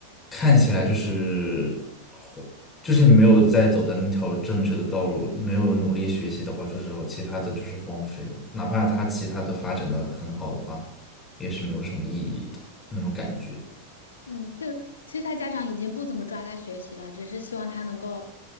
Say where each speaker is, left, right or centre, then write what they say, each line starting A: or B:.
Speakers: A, on the left (about 15°); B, on the left (about 70°).
A: 看起来就是。就是你没有在走在那条正确的道路，没有努力学习的话，就是有其他的就是荒废的，哪怕他其他的发展的很好的话，也是没有什么意义的那种感觉。
B: 嗯，就其实他家长已经不怎么抓他学习了，只是希望他能够，